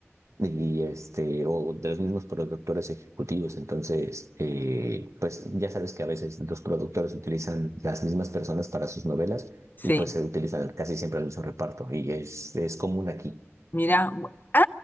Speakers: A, on the right; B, on the left.
A: y este, o de los mismos productores ejecutivos. Entonces, eh, pues ya sabes que a veces los productores utilizan las mismas personas para sus novelas
B: Sí,
A: y pues se utilizan casi siempre el mismo reparto y es, es común aquí.
B: mira. bu- Ah,